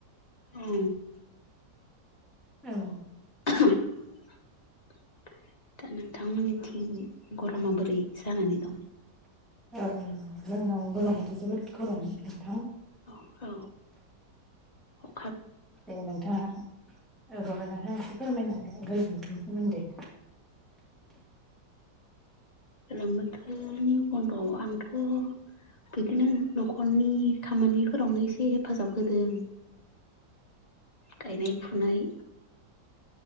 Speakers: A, on the left; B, in the centre.
A: औ
B: औ
A: <unintelligible> दा नोंथां मोननिथिं गरमा बोरै जानानै दं?
B: औ जोंनाव गरमाथ' जोबोद गरम नोंथां।
A: औ औ।
B: दे नोंथाङा <unintelligible> फोरमायना होदो गोलोम बोथोरनि सोमोन्दै।
A: गोलोम बोथोरनि बन्द'आव आंथ' बिदिनो न'खरनि खामानिफोरावनो एसे हेफाजाब होदों। गायनाय, फुनाय।